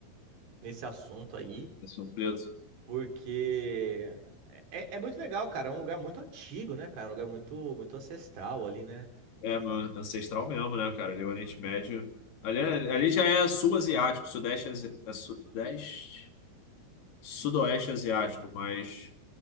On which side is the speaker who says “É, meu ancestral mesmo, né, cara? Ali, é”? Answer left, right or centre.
Left